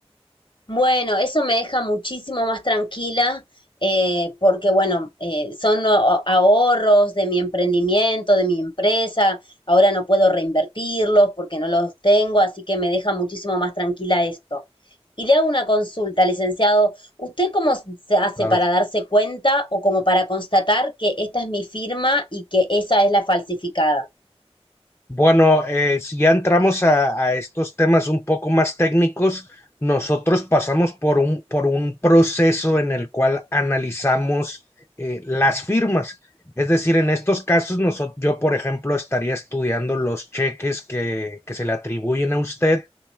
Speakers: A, on the left; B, on the left.
A: Bueno, eso me deja muchísimo más tranquila eh, porque, bueno, eh, son a- ahorros de mi emprendimiento, de mi empresa. Ahora no puedo reinvertirlos porque no los tengo, así que me deja muchísimo más tranquila esto. Y le hago una consulta, licenciado. ¿Usted cómo se hace
B: Claro.
A: para darse cuenta o como para constatar que esta es mi firma y que esa es la falsificada?
B: Bueno, eh, si ya entramos a, a estos temas un poco más técnicos, nosotros pasamos por un, por un proceso en el cual analizamos eh, las firmas. Es decir, en estos casos, noso- yo, por ejemplo, estaría estudiando los cheques que, que se le atribuyen a usted,